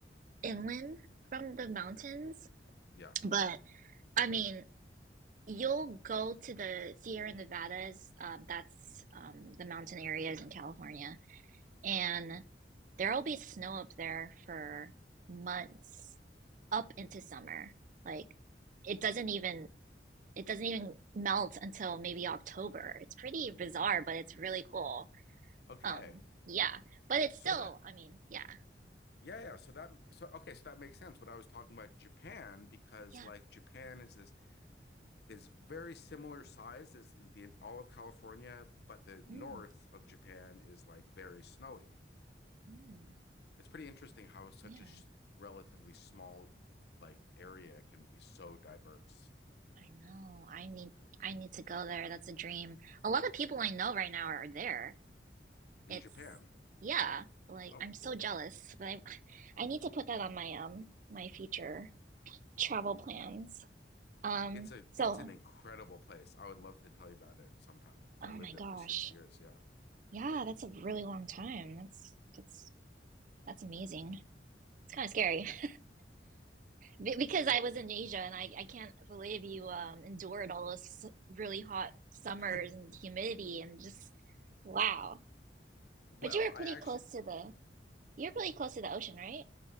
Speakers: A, on the right; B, on the left.
A: inland from the mountains.
B: Yeah.
A: But I mean, you'll go to the Sierra Nevadas. Uh, that's um, the mountain areas in California and there'll be snow up there for months up into summer. Like it doesn't even it doesn't even melt until maybe October. It's pretty bizarre, but it's really cool.
B: Okay.
A: Um, yeah, but it's
B: So
A: still,
B: that
A: I mean, yeah,
B: Yeah, yeah. So that so okay, so that makes sense. What I was talking about Japan because
A: yeah,
B: like Japan is this is very similar size as in the all of California, but the north
A: mm,
B: of Japan is like very snowy.
A: mm,
B: It's pretty interesting how such
A: yeah.
B: a sh relatively small like area can be so diverse.
A: I know. I need
B: Yeah.
A: I need to go there. That's a dream. A lot of people I know right now are there.
B: In
A: It's
B: Japan.
A: yeah, like
B: Oh,
A: I'm
B: cool.
A: so jealous, but I I need to put that on my um my future travel plans. Um,
B: It's a
A: so
B: it's an incredible place. I would love to tell you about it sometime because
A: oh
B: I lived
A: my gosh.
B: there for six years. Yeah.
A: Yeah, that's a really long time. That's that's that's amazing. It's kind of scary. <laughs> Be- Because
B: Well,
A: I was in Asia and I, I can't believe you um endured all those really hot summers
B: <coughs>
A: and humidity and just wow.
B: well,
A: But you were
B: I
A: pretty
B: actually
A: close to the you were pretty close to the ocean, right?